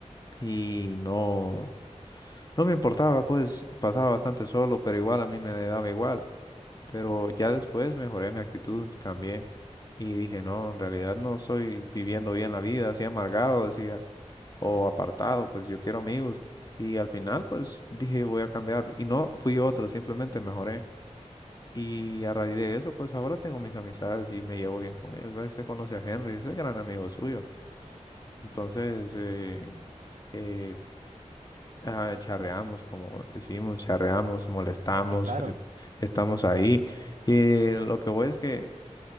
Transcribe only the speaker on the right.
Ah, sí, claro.